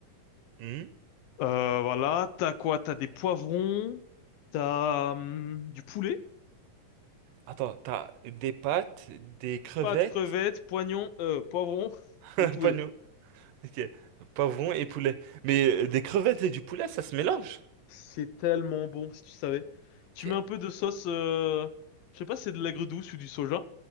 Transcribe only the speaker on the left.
Euh, voilà, t'as quoi? T'as des poivrons, t'as hum, du poulet,
pâtes, crevettes, poignons, euh, poivrons
et poulet.
C'est tellement bon, si tu savais. Tu
mets un peu de sauce, euh, je sais pas si c'est de l'aigre douce ou du soja.